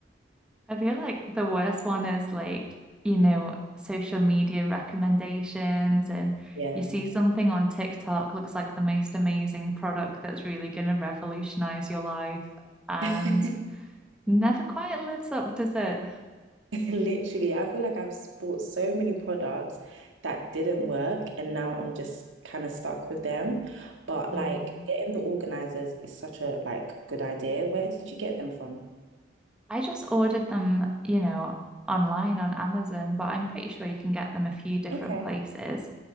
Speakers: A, in the centre; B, on the right.
A: I feel like the worst one is like, you know, social media recommendations and
B: Yeah.
A: you see something on TikTok looks like the most amazing product that's really going to revolutionize your life and
B: <laughs>
A: never quite lives up, does it?
B: <laughs> Literally, I feel like I've bought so many products that didn't work, and now I'm just kind of stuck with them. But
A: Mm.
B: like getting the organizers is such a like good idea. Where did you get them from?
A: I just ordered them, you know, online on Amazon, but I'm pretty sure you can get them a few different
B: Okay.
A: places.